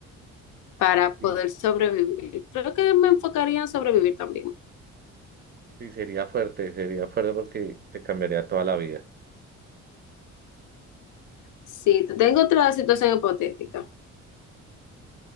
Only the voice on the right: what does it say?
Sí.
Sí, sería fuerte, sería fuerte porque te cambiaría toda la vida.